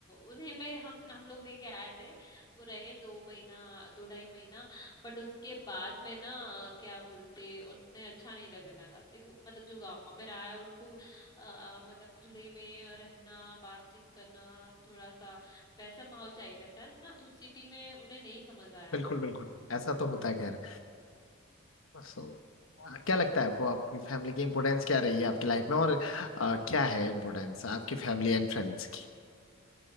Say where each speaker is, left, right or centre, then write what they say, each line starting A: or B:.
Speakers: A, on the left; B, on the left.
A: उन्हें में हम हम लोग लेके आए थे वो रहे दो महीना दो ढाई महीना बट उसके बाद में ना क्या बोलते उन्हें अच्छा नहीं लगने लगा देखो मतलब जो गांव में रहा है उनको अ, अ, मतलब खुले में रहना बातचीत करना थोड़ा सा वैसा माहौल चाहिए रहता है ना तो सिटी में उन्हें नहीं समझ आया
B: बिल्कुल बिल्कुल ऐसा तो होता है खैर सो आ, क्या लगता है आपको आपकी फैमिली की इम्पोर्टेंस क्या रही है आपकी लाइफ में और आ, क्या है इम्पोर्टेंस आपकी फैमिली एंड फ्रेंड्स की